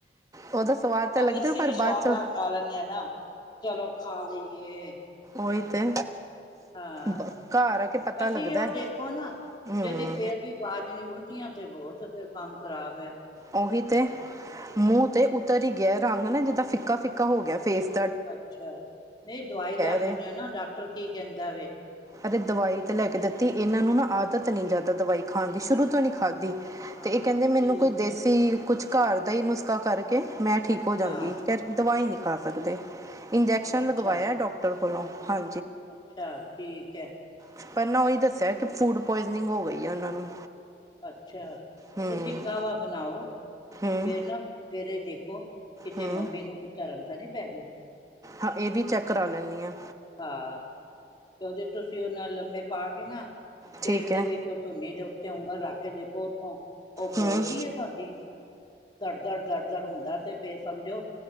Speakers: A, on the right; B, on the left.
A: ਉਹਦਾ ਸਵਾਦ ਤਾਂ
B: ਉਹ
A: ਲੱਗਦਾ
B: ਵੀ ਅਸੀਂ
A: ਪਰ
B: ਵੀ ਸ਼ੌਕ
A: ਬਾਅਦ 'ਚ
B: ਨਾਲ ਖਾ ਲੈਂਨੇ ਆਂ ਨਾ, ਚਲੋ ਖਾ ਲਈਏ।
A: ਓਈ ਤੇ।
B: ਹਾਂ,
A: ਬ- ਘਰ ਆ ਕੇ ਪਤਾ
B: ਬਸ
A: ਲੱਗਦਾ
B: ਅਹਿਓ
A: ਹੈ।
B: ਦੇਖੋ ਨਾ
A: ਹੂੰ
B: ਯਦੀ ਫੇਰ ਵੀ <unintelligible> ਨੀ ਉਲਟੀਆਂ ਤੇ ਬਹੋਤ ਫਿਰ ਕੰਮ ਖ਼ਰਾਬ ਹੈ।
A: ਓਹੀ ਤੇ। ਮੂੰਹ
B: ਹਾਂ
A: ਤੇ ਉਤਰ ਹੀ ਗਿਆ ਐ। ਰੰਗ ਨਾ ਜਿੱਦਾਂ ਫਿੱਕਾ-ਫਿੱਕਾ ਹੋ ਗਿਆ ਫੇਸ ਦ
B: ਅੱਛਾ, ਨਹੀਂ ਦਵਾਈ ਲਿਆ ਕੇ
A: ਰਹੇ
B: ਦੇਨਾ ਡਾਕਟਰ ਕੀ ਕਹਿੰਦਾ ਵੇ?
A: ਅਰੇ ਦਵਾਈ ਤੇ ਲੈ ਕੇ ਦਿੱਤੀ, ਇਹਨਾਂ ਨੂੰ ਨਾ ਆਦਤ ਨੀ ਜ਼ਿਆਦਾ ਦਵਾਈ ਖਾਨ ਦੀ ਸ਼ੁਰੂ ਤੋਂ ਨਹੀਂ ਖਾਧੀ।
B: ਹਾਂ
A: ਤੇ ਇਹ ਕਹਿੰਦੇ ਮੈਨੂੰ
B: ਠੀਕ
A: ਕੋਈ ਦੇਸੀ
B: ਹੈ
A: ਕੁਛ ਘਰ ਦਾ ਹੀ ਨੁਸਖਾ ਕਰਕੇ ਮੈਂ ਠੀਕ ਹੋ ਜਾਂਗੀ
B: ਹਾਂ
A: ਪਰ ਦਵਾਈ ਨੀ ਖਾ ਸਕਦੇ। ਇੰਜੈਕਸ਼ਨ
B: ਅੱਛਾ
A: ਲਗਵਾਇਆ ਡਾਕਟਰ ਕੋਲੋਂ ਹਾਂ
B: ਅੱਛਾ ਠੀਕ। ਠੀਕ ਐ।
A: ਤੁਹਾਨੂੰ ਉਹੀ ਦੱਸਿਆ ਕਿ ਫੂਡ ਪੁਆਇਜਨਿੰਗ ਹੋ ਗਈ ਐ ਉਹਨਾਂ ਨੂੰ।
B: ਅੱਛਾ ਤੁਸੀਂ
A: ਹੂੰ
B: ਕਾਹਵਾ ਬਣਨਾਓ ਫਿਰ
A: ਹੂੰ
B: ਨਾ, ਫੇਰ ਐ ਦੇਖੋ ਕਿਤੇ
A: ਹੂੰ
B: ਮੰਮੀ ਨੂੰ ਉੱਚਾ ਧਰਨ ਤਾਂ ਨਹੀਂ ਪੈ ਗਈ
A: ਹਾਂ ਇਹ ਵੀ ਚੈੱਕ ਕਰਾ ਲੈਣੀ ਆ
B: ਹਾਂ ਤੇ ਉਹਦੇ ਤੁਸੀਂ ਉਹ ਲੰਮੇ ਪਾ ਕੇ ਤੇ ਨਾ
A: ਠੀਕ
B: ਪੇਟ ਦੇ
A: ਹੈ
B: ਵਿੱਚ ਉਹ ਧੁਨੀ ਦੇ ਉੱ ਉਂਗਲ ਰੱਖ ਕੇ ਦੇਖੋ ਉੱਥੋਂ ਉਹ
A: ਹੂੰ
B: ਬੋਲਦੀ ਹੈ ਤੁਹਾਡੀ ਦੜ ਦੜ ਦੜ ਦੜ ਹੁੰਦਾ ਤੇ ਫੇਰ ਸਮਝੋ